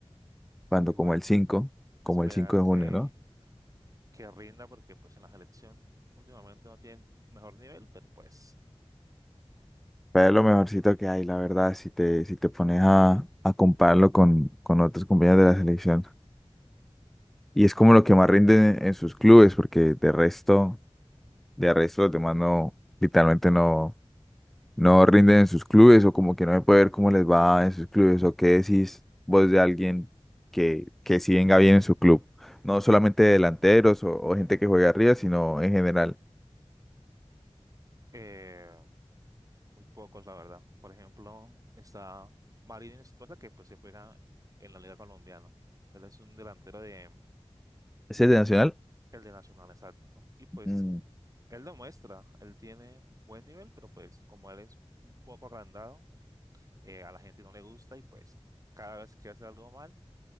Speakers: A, in the centre; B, on the right.
A: cuando
B: Y bueno,
A: como el 5,
B: esperar
A: como el 5 de
B: que,
A: junio, ¿no?
B: que rinda, porque pues en la selección últimamente no tiene mejor nivel, pero pues...
A: Pero es lo mejorcito que hay, la verdad, si te, si te pones a, a compararlo con, con otros compañeros de la selección. Y es como lo que más rinde en sus clubes, porque de resto, de resto los demás no, literalmente no, no rinden en sus clubes, o como que no se puede ver cómo les va en sus clubes, o qué decís vos de alguien que, que sí venga bien en su club. No solamente delanteros o, o gente que juega arriba, sino en general.
B: eh, Muy pocos, la verdad. Por ejemplo, está Marín Estroza, que pues se juega en la Liga Colombiana. Él es un delantero de
A: Ese es de Nacional,
B: el de Nacional, exacto. Y pues
A: mm,
B: él demuestra, él tiene buen nivel, pero pues como él es un poco agrandado, eh, a la gente no le gusta y pues cada vez que hace algo mal,